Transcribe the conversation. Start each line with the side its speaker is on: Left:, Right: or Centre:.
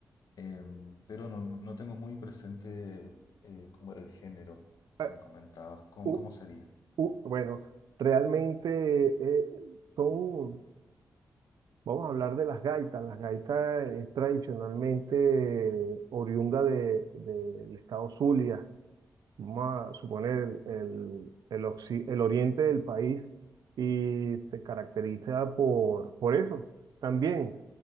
Left: Em, pero no, no tengo muy presente eh, cómo era el género
Right: Ah,
Left: que me comentabas, cómo,
Right: u-
Left: cómo sería.
Right: Uh, bueno, realmente eh, son, vamos a hablar de las gaitas. Las gaitas es tradicionalmente eh, oriunda de- del estado Zulia vamos a suponer, el, el, el occi- el oriente del país y se caracteriza por, por eso. También,